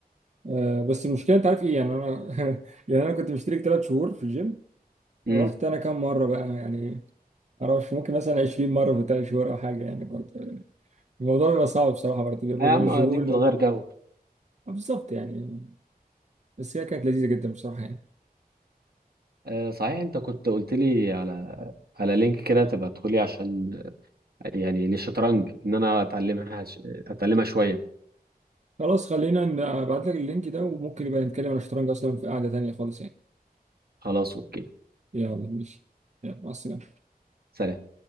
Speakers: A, on the right; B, on the right.
A: آه، بس المشكله انت عارف ايه يعني انا <laughs> يعني انا كنت مشترك ثلاث شهور في الجيم
B: امم
A: رحت انا كام مره بقى يعني معرفش ممكن مثلا 20 مره في ثلاث شهور او حاجه يعني برضه الموضوع بيبقى صعب بصراحه برضه بيبقى
B: يا عم
A: مشغول
B: اديك بتغير جو
A: آه، بالظبط يعني بس هي كانت لذيذه جدا بصراحه يعني
B: آه صحيح انت كنت قلت لي على على لينك كده تبقى تدخلي عشان يعني للشطرنج ان انا اتعلمها ش- اتعلمها شوية
A: خلاص خلينا ن- ابعت لك اللينك ده وممكن نبقى نتكلم عن الشطرنج اصلا في قعده تانيه خالص يعني
B: خلاص اوكي
A: يلا ماشي يلا مع السلامه
B: سلام